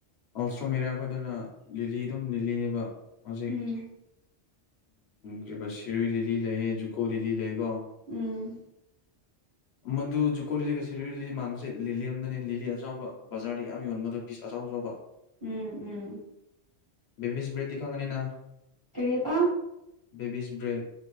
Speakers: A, on the left; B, on the right.
A: ꯑꯜꯁꯇ꯭ꯔꯣ ꯃꯦꯔꯤꯌꯥ ꯑꯩꯈꯣꯏꯗꯅ ꯂꯤꯂꯤ ꯑꯗꯨꯝ ꯂꯤꯂꯤꯅꯦꯕ꯫ ꯍꯧꯖꯤꯛ
B: ꯎꯝ
A: ꯑꯗꯨꯒ ꯁꯤꯔꯨꯏ ꯂꯤꯂꯤ ꯂꯩꯌꯦꯦ ꯖꯨꯀꯣ ꯂꯤꯂꯤ ꯂꯩꯀꯣ
B: ꯎꯝ꯫
A: <inaudible> ꯃꯗꯨ ꯖꯀꯣ ꯂꯤꯂꯤꯒ ꯁꯤꯔꯣꯏ ꯂꯤꯂꯤ ꯃꯥꯟꯕꯁꯦ ꯂꯤꯂꯤ ꯑꯃꯗꯅꯦ ꯂꯤꯂꯤ ꯑꯆꯥꯎꯕ ꯕꯖꯥꯔꯗ ꯌꯥꯝ ꯌꯣꯟꯕꯗꯣ ꯄꯤꯁ ꯑꯆꯧ ꯑꯆꯧꯕ꯫
B: ꯎꯝ ꯎꯝ꯫
A: ꯕꯤꯕꯤꯁ ꯕ꯭ꯔꯦꯗꯤꯤ ꯈꯪꯒꯅꯤꯅ
B: ꯀꯕ
A: ꯕꯕꯤꯁ ꯕ꯭ꯔꯦꯠ